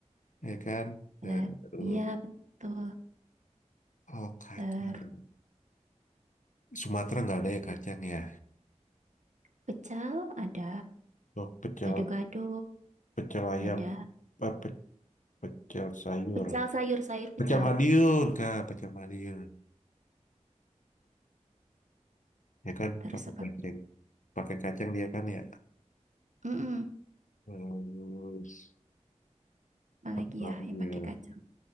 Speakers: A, on the left (about 85°); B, on the right (about 75°).
A: Ya kan?
B: Eh,
A: Terus,
B: iya, betul.
A: oh kacang.
B: Ter
A: Sumatera nggak ada ya kacang ya?
B: pecel ada.
A: Oh, pecel,
B: Gado-gado,
A: pecel ayam,
B: ada
A: apa, pe- pecel sayur.
B: pecel sayur-sayur pecel.
A: Pecel Madiun, Kak. Pecel Madiun. ya kan
B: Terus
A: pakai
B: apa
A: kacang
B: lagi?
A: pakai kacang dia kan ya
B: Mm-mm,
A: terus
B: apa lagi
A: apa lagi
B: ya yang
A: ya
B: pakai kacang?